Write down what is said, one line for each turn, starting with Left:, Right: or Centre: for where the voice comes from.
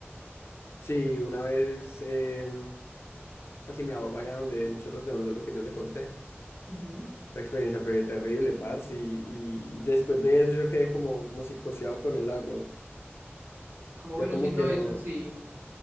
Left: Sí, una vez em, casi me ahogo allá donde en Chorros de Don Lolo que yo le conté.
Right: Ujú.
Left: La experiencia fue terrible, parce, y, y después de eso yo quedé como, como psicoseado con el agua.
Right: ¿Cómo
Left: Ya
Right: vino
Left: como
Right: siendo
Left: que no,
Right: eso en sí?